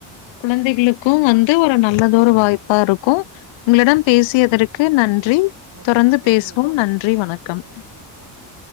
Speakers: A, on the left; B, on the right.
A: குழந்தைகளுக்கு வந்து ஒரு நல்லதொரு வாய்ப்பா இருக்கு உங்களிடம் பேசியதற்கு நன்றி
B: ரொம்ப
A: தொடர்ந்து
B: நன்றி
A: பேசுவோம் நன்றி வணக்கம்
B: நன்றி நன்றி